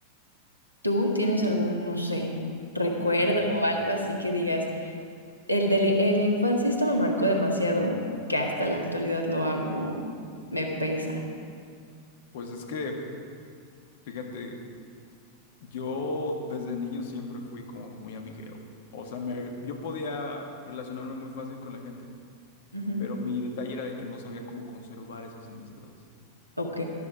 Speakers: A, on the right (about 85°); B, on the left (about 55°).
A: ¿Tú tienes algún, no sé, recuerdo
B: Mm,
A: o algo así que digas, el de la- en la infancia esto me marcó demasiado, que hasta la actualidad lo hago, me pesa?
B: Pues es que, fíjate. Yo desde niño siempre fui como muy amiguero. O sea, me- yo podía relacionarme muy fácil con la gente,
A: Ujú.
B: pero mi detalle era de que no sabía cómo conservar esas amistades.
A: Ok,